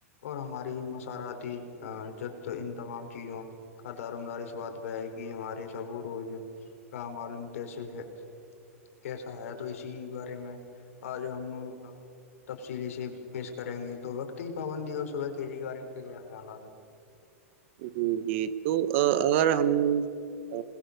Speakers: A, on the left; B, on the right.
A: اور ہماری سار آتیت ان تمام چیزوں کا دارمدار اس بات پہ ہے کہ ہمارے سبو روز کا معلوم کیسے ہے کیسا ہے تو اسی بارے میں آج ہم تبصیلی سے پیش کریں گے تو وقت کی پابندی اور صبح کے جی کے بارے میں کیا خیالات ہے
B: جی جی تو اگر ہم <unintelligible> ا